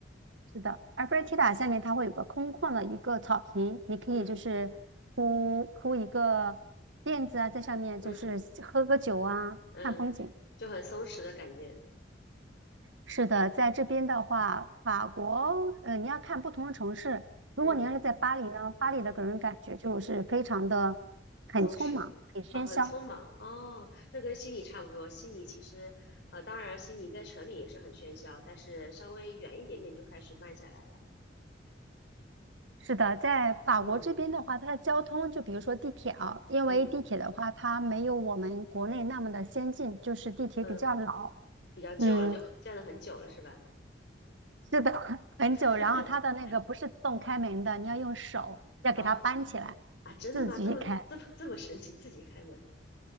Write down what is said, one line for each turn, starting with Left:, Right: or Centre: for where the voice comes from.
Right: 是的，埃菲尔铁塔下面它会有个空旷的一个草坪，你可以就是铺铺一个垫子啊，
Left: 嗯
Right: 在上面就是喝个酒啊，
Left: 嗯嗯，
Right: 看风景。
Left: 就很松弛的感觉。
Right: 是的，在这边的话，法国，呃，你要看不同的城市。如果你要是在巴黎呢，
Left: 嗯，
Right: 巴黎的给人感觉就是非常的很匆忙、
Left: 松弛哦，
Right: 很喧嚣。
Left: 很匆忙哦，那跟悉尼差不多。悉尼其实，呃，当然悉尼在城里也是很喧嚣，但是稍微远一点点就开始慢下来了。
Right: 是的，在法国这边的话，
Left: 嗯
Right: 它的交通，就比如说地铁啊，因为地铁的话，
Left: 嗯
Right: 它没有我们国内那么的先进，就是地铁比较老，
Left: 嗯，比较旧了，
Right: 嗯，
Left: 就很站了很久了，是吧？
Right: 是的，<laughs> 很久。
Left: <laughs>
Right: 然后它的那个不是自动开门的，你要用手要给它搬起来，
Left: 啊、啊，真的吗？
Right: 自己开。
Left: 这么这么这么神奇，自己开门？